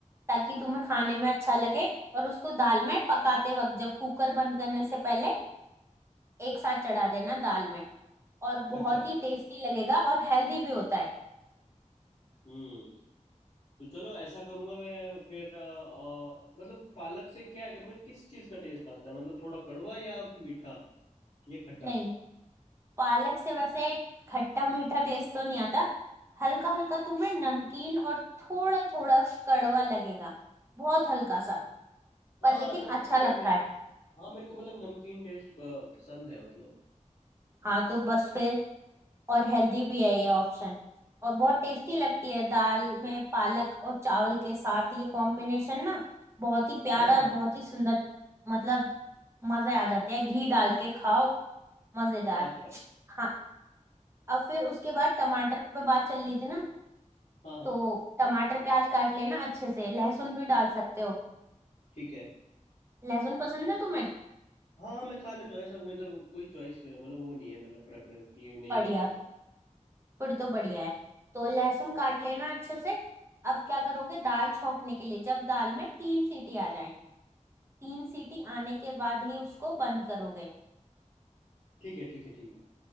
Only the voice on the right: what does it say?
ताकि तुम्हें खाने में अच्छा लगे और उसको दाल में पकाते वक्त जब कुकर बंद करने से पहले एक साथ चढ़ा देना दाल में और बहुत
ही टेस्टी लगेगा और हेल्दी भी होता है
नहीं पालक से वैसे खट्टा मीठा टेस्ट तो नहीं आता हल्का हल्का तुम्हें नमकीन और थोड़ा थोड़ा कड़वा लगेगा बहुत हल्का सा पर
लेकिन
अच्छा लगता
है
हाँ तो बस फिर और हेल्दी भी है ये ऑप्शन और बहुत टेस्टी लगती है दाल में पालक और चावल के साथ ये कॉम्बिनेशन ना बहुत ही प्यारा
और
बहुत ही सुंदर मतलब मजे आ जाते हैं घी डाल के खाओ मजेदार
हाँ अब फिर उसके बाद टमाटर पे बात चल रही थी ना
तो टमाटर प्याज काट लेना अच्छे से लहसुन भी डाल सकते हो
लहसुन पसंद है तुम्हें
बढ़िया
फिर तो बढ़िया है तो लहसुन काट लेना अच्छे से अब क्या करोगे दाल छोंकने के लिए जब दाल में तीन सीटी आ जाए तीन सीटी आने के बाद ही उसको बंद करोगे